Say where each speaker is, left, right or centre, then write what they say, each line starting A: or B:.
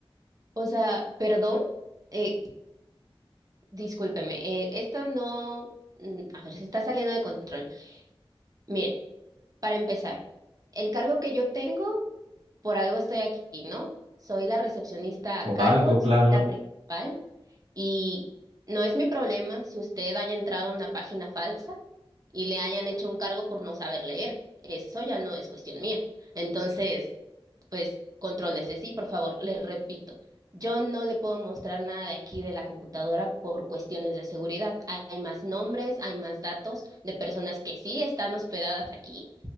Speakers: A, on the right; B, on the right.
A: O sea, perdón, eh, discúlpeme, eh, esto no, mm, a ver, se está saliendo de control. Mire. Para empezar, el cargo que yo tengo, por algo estoy aquí, ¿no? Soy la recepcionista
B: Por
A: a cargo,
B: algo,
A: es
B: claro.
A: la principal, y no es mi problema si usted haya entrado a una página falsa y le hayan hecho un cargo por no saber leer. Eso ya no es cuestión mía. Entonces, pues, contrólese, sí, por favor, le repito. Yo no le puedo mostrar nada de aquí de la computadora por cuestiones de seguridad. Hay hay más nombres, hay más datos de personas que sí están hospedadas aquí